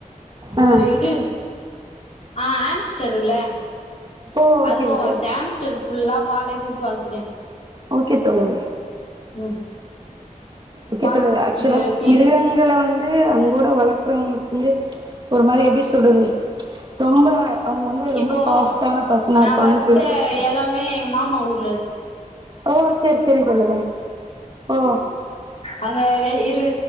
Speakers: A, on the right; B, on the left.
A: ஆ
B: ஒரு இடு ஆ ஆம்ஸ்டருகுல
A: ஓ
B: அதுவு
A: ஓகே ஓகே
B: வாழத ஆம்ஸ்டர் ஃபுல்லா பாலே கூடுத்து வளத்துட்டே
A: ஓகே தோழரே
B: ம்
A: ஓகே
B: பால்
A: தோழரே அக்சுலா
B: இதுல வச்சு
A: மிருகங்கல வந் து அன்போட வளக்குறவங்களுக்கு வந்து ஒரு மாரி எப்பிடி சொல்றது ரொம்ப அவுங்க வந்து
B: இப்போ
A: ரொம்ப சாஃப்ட்டான பர்சனா
B: நா
A: இருப்பாங்கன்னு
B: வளத்த
A: கேள்விபட்டிருக்கே
B: எல்லாமே எங்க மாமா ஊர்
A: ஓ சேர் செரி தோழரே ஓ
B: அங்க வே இரு